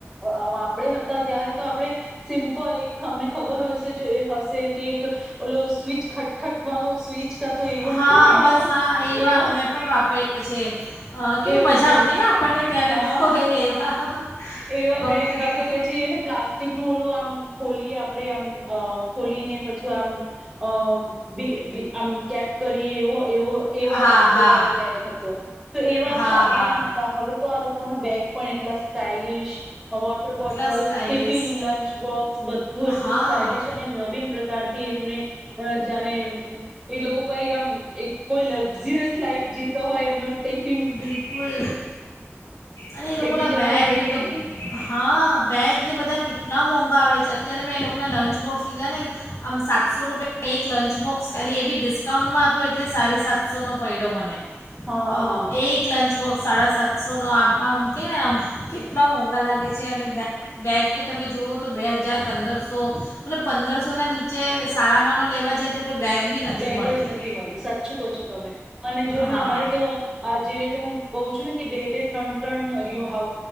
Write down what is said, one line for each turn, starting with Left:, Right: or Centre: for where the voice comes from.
Right: અ વાપરે... ત્યારે તો આપણે સિમ્પલ એક તમને ખબર હશે જે એ હશે કે... ઓલો સ્વિચ... ખટખટ વાળો સ્વીચ કાતો એવો
Left: હા
Right: નતો આપડો,
Left: બસ હા
Right: એવા
Left: મેં પણ વાપર્યા છે અ, કેવી
Right: એવા
Left: મજા
Right: બેગ
Left: આવતી ને આપણને ત્યારે
Right: હા
Left: તો એ લેવા
Right: એવા
Left: હવે-
Right: બેગ કાતો પછી એને પ્લાસ્ટિક નું ઓલું આમ ખોલીએ... આપડે આમ અ ખોલીને... પછું આમ.. અ... બી બી... આમ કેપ કરીએ એવો એવો એવા
Left: હા
Right: બક્કલ
Left: હા
Right: વાળો બેગ હતો, તો એવા
Left: હા
Right: સાધારણ
Left: હા
Right: હતા હવે તો આ લોકોના બેગ પણ એટલા સ્ટાઇલિશ... વોટર bottle,
Left: એટલા stylish
Right: tiffin, lunch box બધું એટલું
Left: હા
Right: સ્ટાઈલશ અને નવીન પ્રકારથી એમને... અને એ લોકો કઈ આમ એક કોઈ લક્ઝરીયસ લાઈફ જીતો હોય એમનો ટીફ...
Left: બિલકુલ અને એ લોકો
Right: એકબીજાનું
Left: ના બેગને
Right: જોઈને
Left: બ હા બેગને બધા કેટલા એટલા મોંઘા આવે છે અત્યારે મેં એ લોકોના લંચ બોક્સ લીધા ને આમ સાતસો રૂપિયા એક લંચ બોક્સ ખાલી એ બી ડિસ્કાઉન્ટમાં હતો એટલે સાડી સાતસોનો પડ્યો મને
Right: હા
Left: અ
Right: હા
Left: એક લંચ બોક્સ સાડા સાતસોનો આ આમ કને આમ કેટલા મોંઘા લાગે છે અને બેગ તો તમે જુવઓ તો બે હજાર પંદરસો મતલબ પંદરસોના નીચે સારા માનો લેવા જાય તો કોઈ બેગ બી નથી
Right: બેગ
Left: મળતી
Right: જ નથી મળતું સાચચું કહો છો તમે અને જો ને
Left: હા
Right: અમારે તો આ જેવી હું ક છું ને કે બે ત્રણ ત્રણઉ